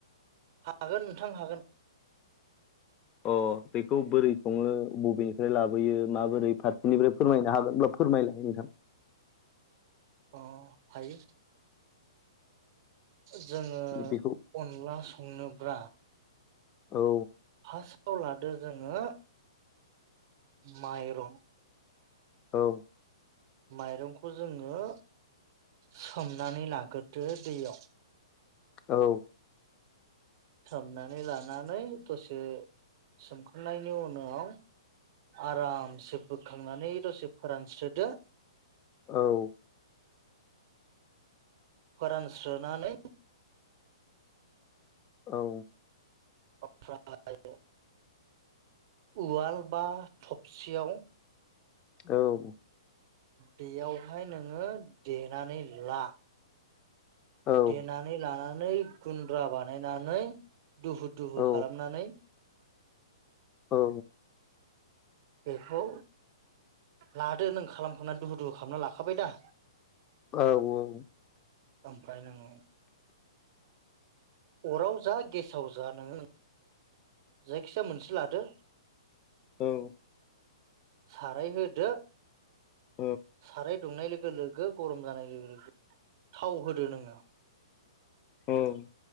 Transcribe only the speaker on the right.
हागोन नोंथां हागोन
अ हायो जोङो
अनला संनोब्ला
फार्स्टआव लादो जोङो माइरं
माइरंखौ जोङो सोमनानै लाग्रोदो दैयाव
सोमनानै लानानै दसे सोमखांनायनि उनाव आरामसे बोखांनानै दसे फोरानस्रोदो
फोरान स्रोनानै
अ <unintelligible> उवाल बा थबसियाव
बेयावहाय नोङो देनानै ला
देनानै लानानै गुन्द्रा बानायनानै दुहु दुहु
खालामनानै
बेखौ लादो नों खालामखांनानै दुहु दुहु खालामना लाखाबाय दा
ओमफ्राय नोङो अराव जा गेसाव जा नोङो जायखिजाया मोनसे लादो
साराय होदो
साराय दुंनाय लोगो लोगो गरम जानाय लोगो लोगो थाव होदो नोङो